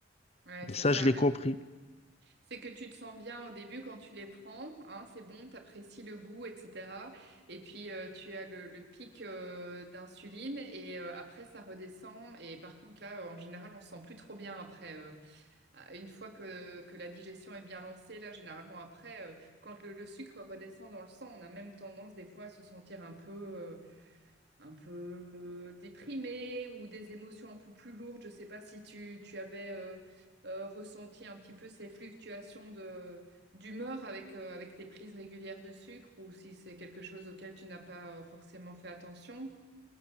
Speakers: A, on the right; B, on the left.
A: Ouais,
B: Et
A: c'est
B: ça,
A: ça.
B: je l'ai
A: Le
B: compris.
A: C'est que tu te sens bien au début quand tu les prends, hein, c'est bon, tu apprécies le goût, etc. Et puis euh, tu as le, le pic euh, d'insuline et euh, après ça redescend. Et par contre là, euh, en général, on se sent plus trop bien après. euh, à- une fois que, que la digestion est bien lancée, là, généralement après, euh, quand le, le sucre redescend dans le sang, on a même tendance des fois à se sentir un peu, euh, un peu déprimé ou des émotions un peu plus lourdes. Je ne sais pas si tu, tu avais euh, euh, ressenti un petit peu ces fluctuations de, d'humeur avec, euh, avec tes prises régulières de sucre ou si c'est quelque chose auquel tu n'as pas euh, forcément fait attention.